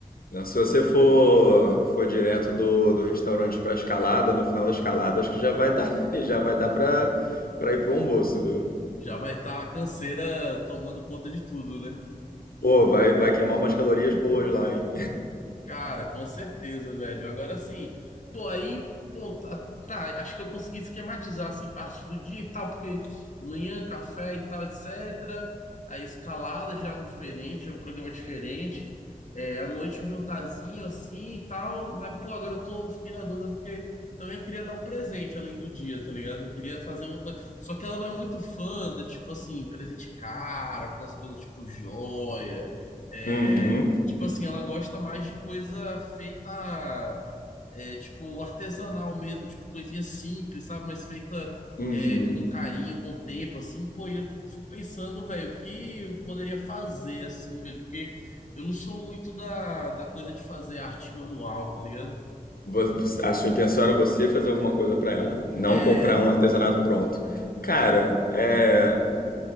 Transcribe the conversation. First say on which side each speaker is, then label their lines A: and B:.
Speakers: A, on the left; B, on the left.
A: não, se você for, for direto do, do restaurante pra escalada, no final da escalada, acho que já vai dar, <laughs> já vai dar
B: É,
A: pra, pra ir pro almoço, viu?
B: Já vai estar a canseira tomando conta de tudo, né?
A: Pô, vai, vai queimar umas calorias boas lá, hein?
B: Cara, com certeza, velho. Agora sim, pô, aí, pô, tá, tá, acho que eu consegui esquematizar assim parte do dia e tal, porque manhã, café e tal, etc. Aí escalada já é algo diferente, já é um programa diferente. É, à noite um jantarzinho assim e tal, mas pô, agora eu tô, fiquei na dúvida porque também eu queria dar um presente além do dia, tá ligado? Eu queria fazer uma coisa. Só que ela não é muito fã da, tipo assim, presente caro, aquelas coisas tipo joia. é,
A: Uhum,
B: Tipo assim, ela gosta mais de coisa feita, é, tipo, artesanal mesmo, tipo, coisinha simples, sabe? Mas feita,
A: uhum.
B: é, com carinho, com tempo, assim. Pô, e eu fico pensando, velho, o que eu poderia fazer, assim, velho? Porque eu não sou muito da, da coisa de fazer arte manual, tá ligado?
A: Vo- você- A sua intenção era você fazer alguma coisa pra ela, não
B: É,
A: comprar um artesanato pronto. Cara, é,